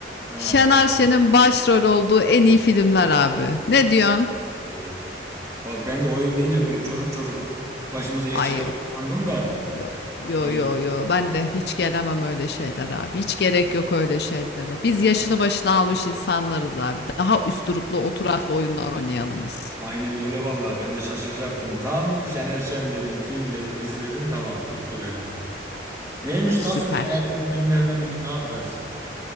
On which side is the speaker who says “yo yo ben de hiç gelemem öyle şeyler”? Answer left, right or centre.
Left